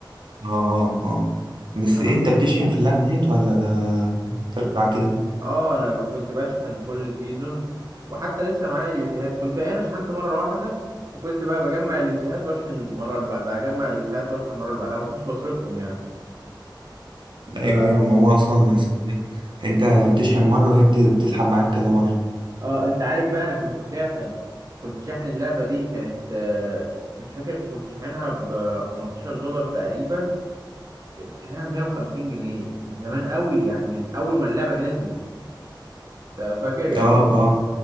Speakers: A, on the right; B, on the right.
A: اه اه اه بس
B: انا
A: ايه انت بتشحن في اللعبه ديت ولا بتلعب كده
B: اه انا ب- كنت بشحن كل سيزون وحتى لسه معايا اليوسيهات كنت انا شحنت مره واحده وكنت بقى بجمع اليوسيهات واشحن المره اللي بعدها اجمع اليوسيهات واشحن المره اللي بعدها ما كنتش بصرفهم يعني
A: ايوه
B: ف
A: ايوه ما هو اصلا اس- انت بتشحن مره وهي بت- بتسحب معاك كذا مره
B: اه انت عارف بقى انا كنت شاحن كنت شاحن اللعبه دي كانت آه، مش فاكر كنت شاحنها ب 15 دولار تقريبا كنت شاحنها ب 150 جنيه من زمان قوي يعني من اول ما اللعبه نزلت أنت فاكر يعني
A: اه اه